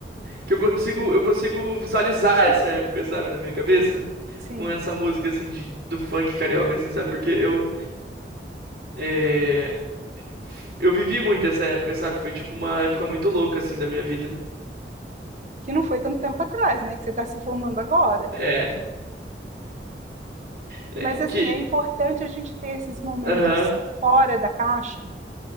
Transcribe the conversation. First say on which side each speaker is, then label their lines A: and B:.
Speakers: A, on the right; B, on the right.
A: que eu consigo, eu consigo visualizar essa época, sabe, na minha cabeça.
B: Sim,
A: Com essa música, assim, de, do funk carioca, assim, sabe? Porque eu, eh, Eu vivi muito essa época, sabe? Foi tipo uma época muito louca assim da minha vida.
B: que não foi tanto tempo atrás, né, que você está se formando agora.
A: É. É,
B: Mas assim,
A: que
B: é importante a gente ter esses momentos
A: aham.
B: fora da caixa